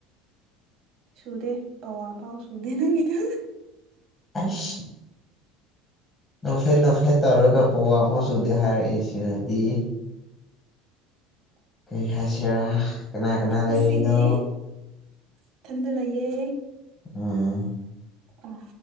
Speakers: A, on the right; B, on the left.
A: ꯁꯨꯗꯦ ꯄꯥꯎꯋꯥ ꯐꯥꯎ ꯁꯨꯗꯦ ꯅꯪꯒꯤꯗꯣ
B: ꯑꯩꯏꯁ ꯅꯣꯛꯐꯦꯠ ꯅꯣꯛꯐꯦꯠ ꯇꯧꯔꯒ ꯄꯋꯥ ꯐꯥꯎꯁꯨꯗꯦ ꯍꯥꯏꯔꯛꯏ ꯁꯤꯅꯗꯤ ꯀꯩ ꯍꯥꯏꯁꯤꯔꯥ ꯀꯅꯥ ꯀꯅꯥ
A: ꯉꯁꯤꯗꯤ
B: ꯂꯩꯔꯤꯅꯣ
A: ꯏꯊꯟꯗ ꯂꯩꯌꯦ
B: ꯎꯝ
A: ꯑꯝ